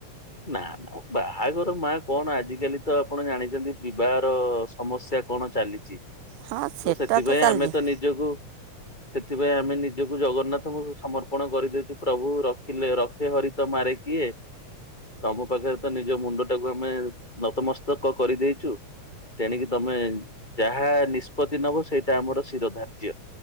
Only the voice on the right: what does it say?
ହଁ ସେଟା
ଚାଲିଛି